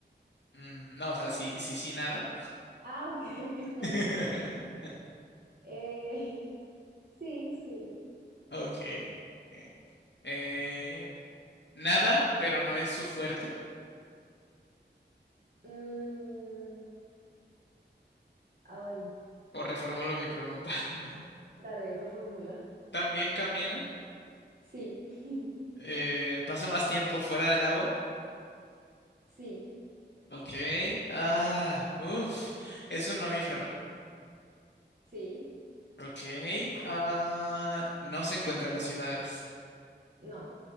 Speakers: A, on the left; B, on the right.
A: Mm, No, o sea, sí, sí, sí, nada.
B: Ah, ok. <laughs>
A: <laughs>
B: Eh, sí, sí.
A: Ok. ok. Eh, Nada, pero no es su fuerte.
B: Mm, Ay,
A: O reformulo mi pregunta. <laughs>
B: dale, reformula.
A: También camina.
B: Sí, <laughs>
A: eh, pasa más tiempo fuera del agua.
B: sí,
A: Ok. Ah, uff. Es un mamífero.
B: sí,
A: Ok. Ah, no se encuentra en las ciudades.
B: no.